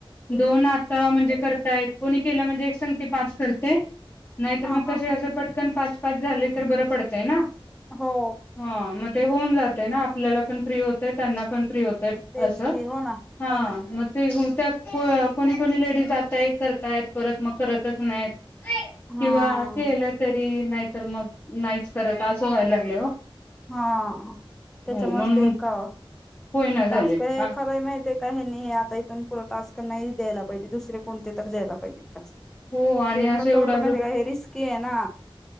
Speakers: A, on the left; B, in the centre.
A: दोन आता म्हणजे करताय कोणी केलं म्हणजे एक संगते पाच करतय नाहीतर
B: हा
A: मग
B: हा
A: कसे
B: हा
A: असं पटकन पाच. पाच झाले तर बरं पडचंय ना?
B: हो.
A: हा मग ते होऊन जातयना ना आपल्याला पण फ्री होतय त्यांना पण फ्री होतंय
B: तेच
A: अस
B: की हो ना
A: हा
B: हो ना
A: मग ते होतं कोणी कोणी लेडीज जातायंतं करतायत परत मग करतचं नाय्त.
B: हा.
A: किंवा केलं तरी नाही तर मग नाहीच करत असं व्हायला लागल हो.
B: हा त्याच्या
A: म्हणून
B: मस्त का
A: होईना झालेत
B: टास्क हे
A: आ
B: खरं माहिती आहे का? काही नाही हे आता इथून पुढ टास्क नाही द्यायला पाहिजे दुसरे कोणते तर द्यायला पाहिजे. टास्क
A: हो आणि
B: हे
A: असं
B: कसं
A: एवढा
B: होतं
A: वेळ
B: माहिती आहे का हे रिस्क के ना